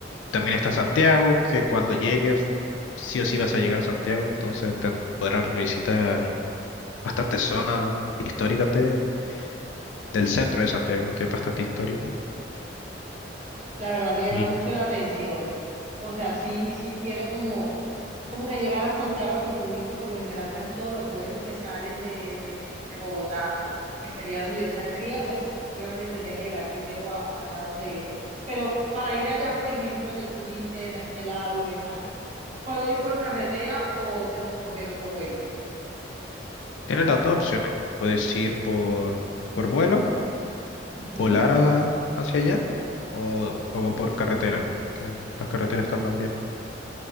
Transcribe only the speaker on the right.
La verdad me llama
mucho la atención. O sea, sí, sí quiero como, como que llegar a Santiago, lo que tú dices, por lo general casi todos los vuelos que salen de, de, de Bogotá, que sería donde yo saldría, pues obviamente tendría que llegar primero a- allá donde... Pero para ir allá, por ejemplo, donde tú dices, a este lado y demás, ¿puedo ir por carretera o tengo que coger otro vuelo?
Ujú.